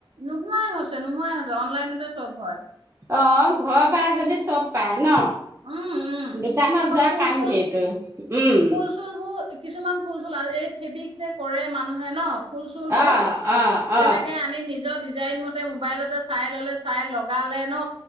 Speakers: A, on the right; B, on the right.
A: নোহোৱাই হল। নোহোৱাই হল, অনলাইনতে চব হয়।
B: অহ, ঘৰৰ পৰা যদি চব পায় ন।
A: উম উম
B: দোকানত
A: আকৌ
B: যোৱা
A: ফুল
B: কাম
A: চুল
B: কি ইটো উম।
A: ফুল চুলবোৰ কিছুমান ফুল চুল, এই ফেব্ৰিক যে কৰে মানুহে ন। ফুল-চুল বোৰ
B: অ অ অ
A: তেনেকে আনি নিজৰ ডিজাইন মতে মোবাইলতে চাই ললে, চাই লগালে ন।